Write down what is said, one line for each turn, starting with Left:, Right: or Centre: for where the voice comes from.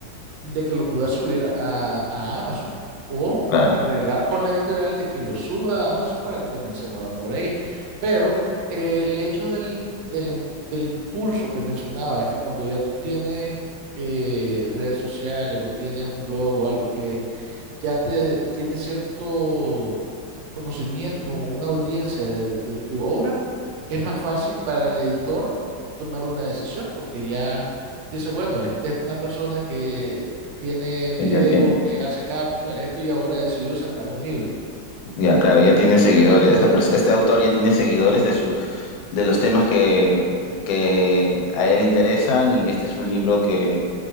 Right: de que lo puedas subir a, a Amazon o
Left: claro.
Right: arreglar con la editorial de que lo suba a Amazon para que también se mueva por ahí. Pero eh, el hecho del, del, im- del impulso que mencionaba es que cuando ya tú tienes eh, redes sociales o tienes un blog o algo que ya te tiene cierto conocimiento, o una audiencia de, de- de tu obra, es más fácil para el editor tomar una decisión porque ya dice, bueno, esta es una persona que tiene videos,
Left: Y Ya tiene,
Right: que hace cápsulas, esto y ahora decidió sacar un libro,
Left: ya, claro, ya tiene seguidores. Esta pers- este autor ya tiene seguidores de su, de los temas que, que a él interesan, y este es un libro que